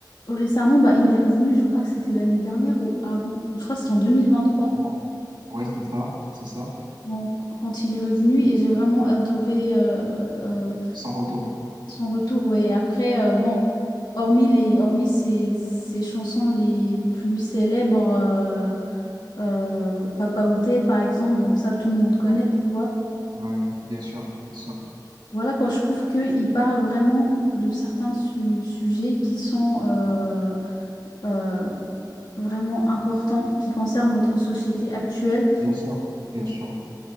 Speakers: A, on the left (about 80°); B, on the right (about 80°).
A: récemment, bah, il est revenu, je crois que c'était l'année dernière ou avant, ou je crois que c'était en 2023
B: exactement. Ouais, c'est ça, c'est ça.
A: en- quand il est revenu et j'ai vraiment adoré euh, euh,
B: Sans retour.
A: son retour. Ouais. Et Après, euh, bon, hormis les, hormis ses, ses chansons les plus célèbres, euh, euh, Papa Outé par exemple, donc ça tout le monde connaît,
B: Ouais,
A: tu vois.
B: ouais, bien sûr, bien sûr,
A: Voilà quoi, je trouve qu'il parle vraiment de certains su- sujets qui sont euh, euh, vraiment importants, qui concernent notre société actuelle.
B: bien sûr, bien sûr.